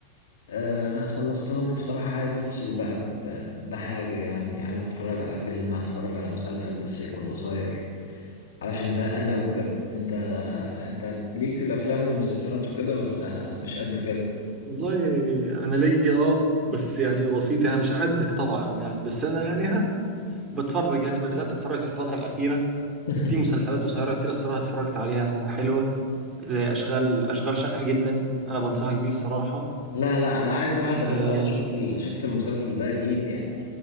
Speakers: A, on the left (about 80°); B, on the right (about 20°).
A: آه، خلصتهم وبصراحة عايز افصل بقى ب- بحاجة يعني عايز اتفرج على فيلم اتفرج على مسلسل بس يكون قصير علشان زهقان اوي بجد انت انت ليك في الافلام والمسلسلات وكده ولا مش قد كده
B: والله انا ليا اه بس يعني بسيط يعني مش قدك طبعا يعني بس انا يعني ها بتفرج يعني بدات اتفرج في الفتره الاخيره
A: <laughs>
B: في مسلسلات قصيره كتير الصراحه اتفرجت عليها حلوه زي اشغال اشغال شقه جدا انا بنصحك بيه الصراحه
A: لا لا انا عايز واحد
B: آه
A: غير ده انا شفت ال... شفت المسلسل ده اكيد يعني